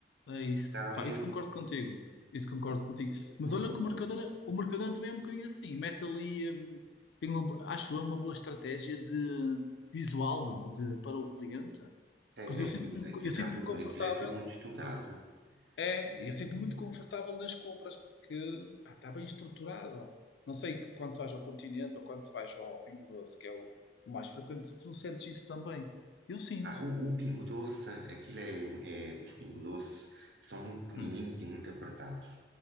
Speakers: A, on the left; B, on the right.
A: É isso.
B: Está ali
A: Pá, isso
B: um.
A: concordo contigo. Isso concordo contigo. Mas
B: Porque
A: olha
B: o-
A: que o Mercadona, o Mercadona também é um bocadinho assim. Mete ali, hum, tem uma, bo- acho eu, uma boa estratégia de visual de, para o cliente.
B: é,
A: Pois eu
B: é, aquilo,
A: sinto-me,
B: aquilo,
A: eu
B: está
A: sinto-me
B: tudo,
A: confortável.
B: aquilo é tudo muito estudado.
A: É,
B: O,
A: e eu sinto-me
B: eh,
A: muito confortável nas compras porque pá, está bem estruturado. Não sei que quando vais ao Continente ou quando vais ao Pingo Doce, que é o, o mais frequente, tu sentes isso também. Eu sinto.
B: ah, o, o pingo doce, aquilo é, mu- é. Os pingo doce são muito pequenininhos
A: Hum.
B: e muito apertados.